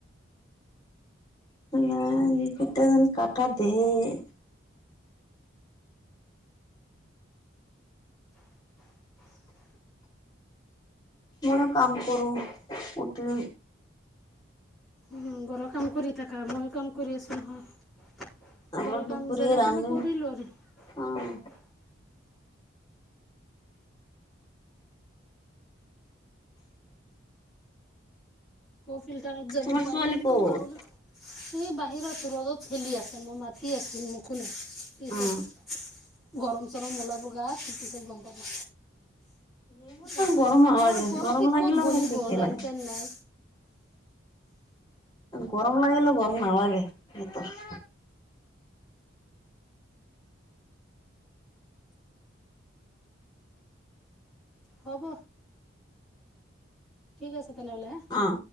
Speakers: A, on the left (about 20°); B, in the centre.
A: <unintelligible>
B: <unintelligible>
A: ময়ো কাম কৰো উঠি
B: উম ঘৰৰ কাম কৰি থাকা ময়ো কাম কৰি আছো নহয় ঘৰৰ
A: আমাৰ
B: কাম
A: দূপৰিয়া
B: যেনে
A: ৰান্ধো
B: তেনে কৰিলোঁ আৰু
A: অ
B: <unintelligible> ক ফিলতাৰত যাব
A: তোমাৰ
B: পানী
A: ছোৱালী
B: মোক
A: ক'ত
B: ভৰাব না সেই বাহিৰত ৰ'দত খেলি আছে মই মাতি আছিলো নোশুনে কি
A: অ
B: চব গৰম চৰম ওলাব গাত পিছত হে গম পাব
A: সিহতৰ
B: পতাই
A: গৰম
B: নহয়
A: নালাগে
B: ঘৰতে
A: গৰম লাগিলেও
B: ক'ত বহিব
A: সেতি খেলে
B: লাইন চাইন নাই
A: গৰম লাগিলেও গৰম নালাগে সিহঁতৰ
B: হব ঠিক আছে তেনেহলে হে
A: অ